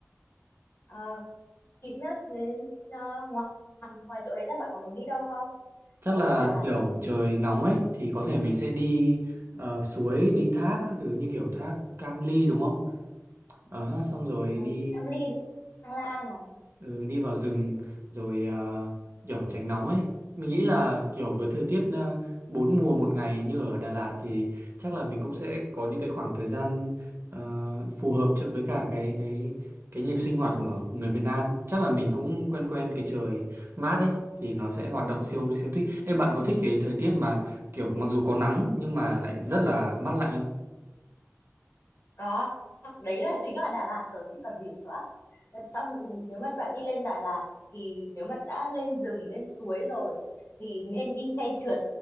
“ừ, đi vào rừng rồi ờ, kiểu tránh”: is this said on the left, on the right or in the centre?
Right